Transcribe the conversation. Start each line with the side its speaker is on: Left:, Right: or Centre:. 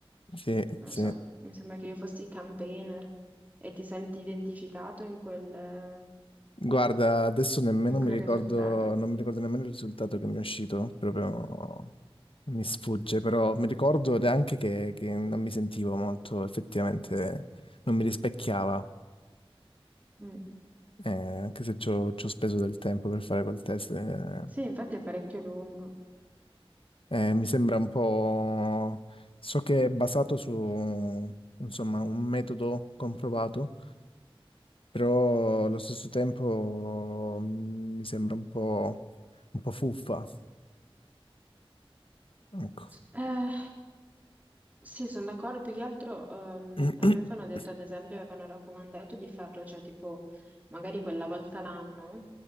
Left: Sì,
Right: lo
Left: sì.
Right: so, mi sembra che io fossi campaigner e ti senti identificato in quel,
Left: Guarda, adesso nemmeno
Right: in quel
Left: mi ricordo,
Right: risultato.
Left: non mi ricordo nemmeno il risultato che mi è uscito, proprio mi sfugge, però mi ricordo neanche che, che non mi sentivo molto, effettivamente non mi rispecchiava,
Right: Mm.
Left: eh, anche se ci ho, ci ho speso del tempo per fare quel test. eh.
Right: Sì, infatti è parecchio lungo.
Left: Eh, mi sembra un po'... So che è basato su, insomma, un metodo comprovato, però allo stesso tempo mm, mi sembra un po', un po' fuffa. Ecco.
Right: Eh, Sì, sono d'accordo, più che altro ehm,
Left: <coughs>
Right: a me avevano
Left: <clears throat>
Right: detto, ad esempio, avevano raccomandato di farlo, cioè tipo magari quella volta l'anno,